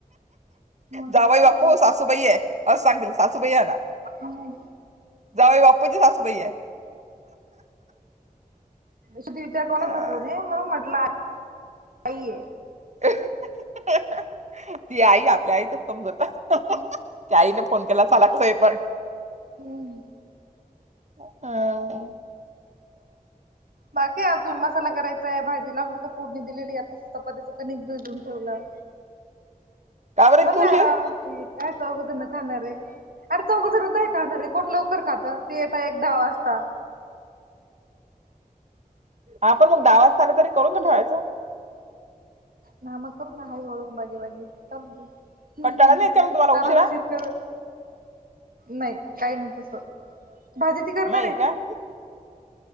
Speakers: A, on the right (about 80°); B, on the right (about 50°).
A: हो
B: जावई
A: तेच
B: बापू
A: ना
B: सासूबाई आहे, असं सांगेल सासूबाई आना.
A: हम्म.
B: जावईबापूंची सासूबाई आहे.
A: सुधिरचा कोणाचा
B: अं,
A: फोन आहे म्हणून म्हटलं आ आई ये
B: ती आई आप ते आईचच समजवत त्या आईने फोन केला साला कस हे को
A: हम्म.
B: अं
A: बाकी अजून मसाला करायचा आहे, भाजीला फक्त फोड मी दिलेली या. चपातीच कणिक भिजूऊन ठेवलं
B: का बरं इतका
A: भरलं
B: उशीर?
A: आहे आरामशिर काय चौघ जन खाणारे. अरे चौघ जनं त है खाणारे कोण लवकर खातं ते यता एक दहा वाजता.
B: हा पण मगं दहा वाजता आले तरी, करून तर ठेवायचं.
A: मामा कडून हां हाळूहाळू बागे बागे चालू दील, हम्म
B: कंटाळा नाही येत का मग तुम्हाला उशिरा?
A: आरामशीर करल. नाई काई नाई तसं. भाजी ती करणार
B: नाई
A: आहे.
B: काय?